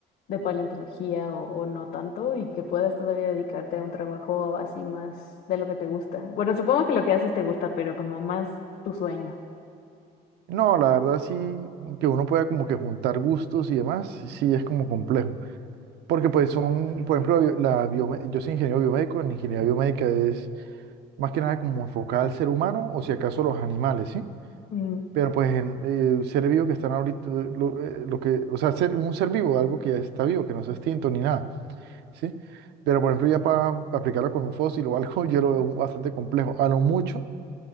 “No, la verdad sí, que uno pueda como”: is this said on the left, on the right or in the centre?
Right